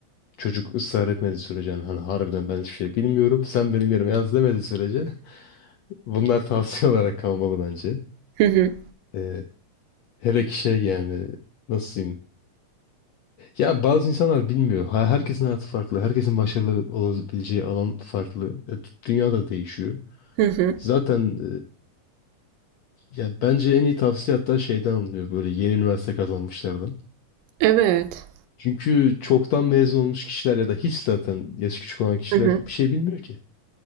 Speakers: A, on the left (about 75°); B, on the right (about 80°).
A: çocuk ısrar etmediği sürece yani hani harbiden ben hiçbir şey bilmiyorum sen benim yerime yaz demediği sürece <laughs> bunlar tavsiye olarak kalmalı bence.
B: hı hı
A: Ee, hele ki şey yani nasıl diyeyim? Ya bazı insanlar bilmiyor. Ha- Herkesin hayatı farklı. Herkesin başarılı olabileceği alan farklı. E, d- Dünya da değişiyor.
B: hı. hı.
A: Zaten e, ya bence en iyi tavsiye hatta şeyden alınıyor böyle yeni üniversite kazanmışlardan.
B: Evet.
A: Çünkü çoktan mezun olmuş kişiler ya da hiç zaten yaşı küçük olan kişiler
B: Hı hı.
A: bir şey bilmiyor ki.